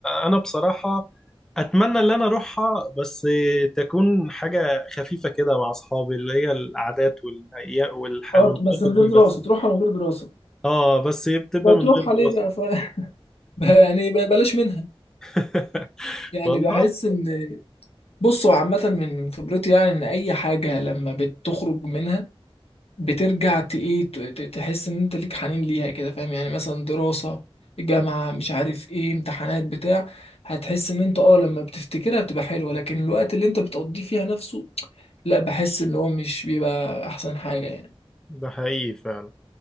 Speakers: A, in the centre; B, on the left (about 80°).
A: انا بصراحه اتمنى ان انا اروحها بس تكون حاجه خفيفه كده مع اصحابي اللي هي القعدات والايام والحلويات
B: اه بس من غير
A: دي
B: دراسة
A: بس
B: تروحها من غير دراسة
A: اه بس بتبقى
B: بتروح
A: من غير
B: عليه
A: دراسه
B: بقى ف... <laughs> بقى يعني بقى بلاش منها
A: <laughs>
B: يعني
A: والله
B: بحس ان بصوا عامة من خبرتي يعني ان اي حاجة لما بتخرج منها بترجع ت- ايه ت- ت- تحس ان انت ليك حنين ليها كده فاهم يعني مثلا دراسة جامعة مش عارف ايه امتحانات بتاع هتحس ان انت اه لما بتفتكرها بتبقى حلوة لكن الوقت اللي انت بتقضيه فيها نفسه لا بحس ان هو مش بيبقى احسن حاجة يعني
A: ده حقيقي فعلا